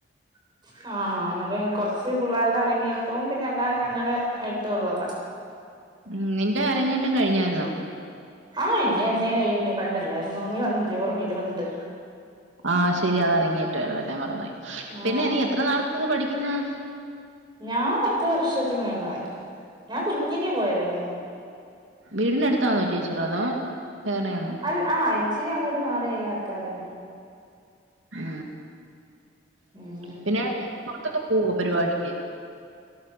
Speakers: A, on the right; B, on the right.
A: <inaudible> ആണോ എന്നാല് കുറച്ച് പിള്ളേരുടെ അരങ്ങേറ്റവും പിന്നെ അല്ല ഞങ്ങളടെ ആയിട്ടോള്ളതാ
B: ഉ നിന്റെ അരങ്ങേറ്റം കഴിഞ്ഞായിരുന്നോ
A: ആഹ് എന്നെ എന്നെ കഴിഞ്ഞു പണ്ടല്ലേയിരുന്നോ നീ വന്നില്ലേ ഓർമയില്ലേ പണ്ട്
B: ആഹ ശരി അത് അരങ്ങേറ്റയിരുന്നുലെ മറന്നപോയി
A: ആഹ്
B: പിന്നെ നി എത്ര നാളായി പഠിക്കുന്നു
A: ഞാൻ പത്ത് വർഷത്തിന് മേളിലായി ഞാൻ കുഞ്ഞിലേ പോയതല്ലേ
B: വീടിനടുത്താന്നോ ടീച്ചർ അതോ വേറെയാന്നോ
A: അൽ ആ ഇച്ചിരി അങ്ങോട്ട് മാറിയ അക്കാദമി
B: ഉ
A: ഉം
B: പിന്നെ പുറത്തൊക്കെ പോവോ പരിപാടിക്ക്